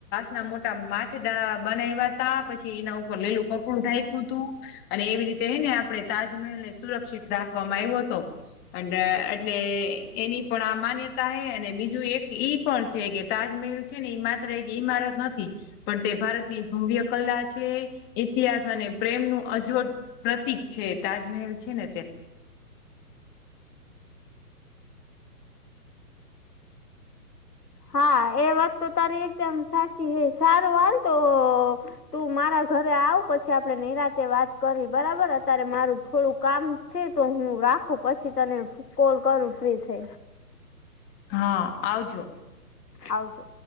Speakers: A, on the left; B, on the left.
A: ના મોટા માંચડા બનાવ્યાતા પછી એના ઉપર લીલું કપડું ઢાકું તું. અને એવી રીતે હને આપણે તાજમહેલ ને સુરક્ષિત રાખવામાં આવ્યો હતો. અ એટલે એની પણ આ માન્યતા હૈ અને બીજું એક ઈ, પણ છે કે તાજમહેલ છે ને એ માત્ર એક ઇમારત, નથી પણ તે ભારતની ભવ્ય કલા છે ઇતિહાસ અને પ્રેમનું અજોડ, પ્રતિક છે તાજમહેલ છે ને તે. <inaudible>
B: હા એ વાત તો તારી એકદમ સાચી છે સારું હાલ તો, તું મારા ઘરે આવ પછી આપડે નિરાતે વાત કરી બરાબર અત્યારે મારું થોડું કામ, છે તો હું રાખું પછી તને કોલ કરું ફ્રી થઈ.
A: હા આવજો.
B: આવજો.